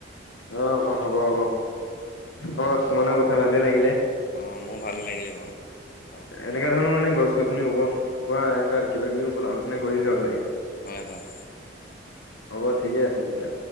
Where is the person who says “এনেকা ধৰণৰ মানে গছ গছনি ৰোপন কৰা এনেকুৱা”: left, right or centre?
Left